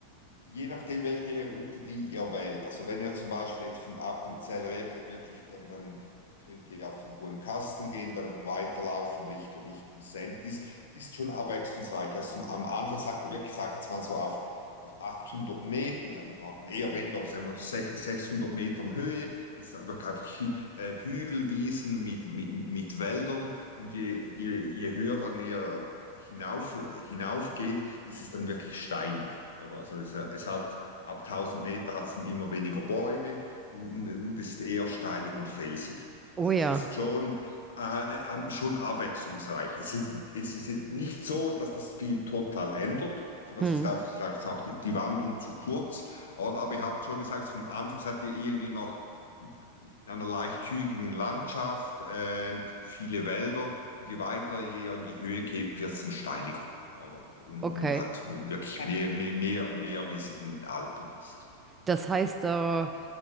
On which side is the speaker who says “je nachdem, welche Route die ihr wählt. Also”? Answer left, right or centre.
Left